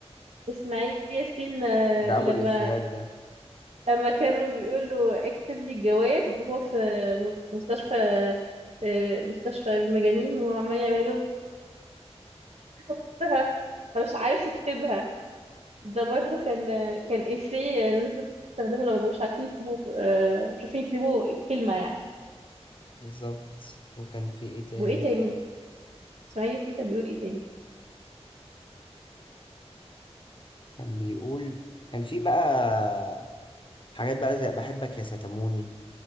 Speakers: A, on the right; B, on the left.
A: اسماعيل ياسين آه،
B: ده أبو
A: لما
B: الإفيهات ده
A: لما كانوا بيقولوا اكتب لي الجواب وهو في في مستشفى آه، مستشفى المجانين وهو عمال يعمل له نفسها فمش عارف يكتبها ده برضه كان كان إفيه الناس بتستخدمه لما بيبقوش عارفين يكتبوا آه، مش عارفين يكتبوا الكلمة يعني
B: بالظبط وكان في إيه تاني
A: وايه تاني اسماعيل ياسين كان بيقول ايه تاني
B: كان بيقول كان في بقى حاجات بقى زي بحبك يا ستموني